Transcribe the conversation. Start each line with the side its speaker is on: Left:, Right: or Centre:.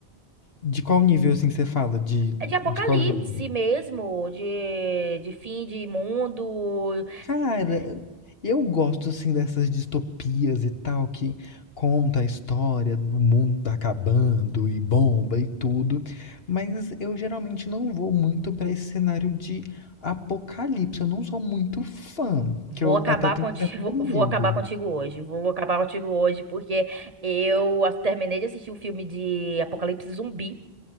Left: De qual nível, assim, você fala? De,
Right: É de apocalipse
Left: de qual gênero?
Right: mesmo, de, de fim de mundo.
Left: Cara, eu gosto, assim, dessas distopias e tal, que conta a história do mundo acabando e bomba e tudo, mas eu geralmente não vou muito pra esse cenário de apocalipse. Eu não sou muito fã,
Right: Vou
Left: que eu
Right: acabar
Left: até tenho
Right: contigo,
Left: um certo medo.
Right: <laughs> vou acabar contigo hoje. Vou acabar contigo hoje porque eu as- terminei de assistir o filme de Apocalipse Zumbi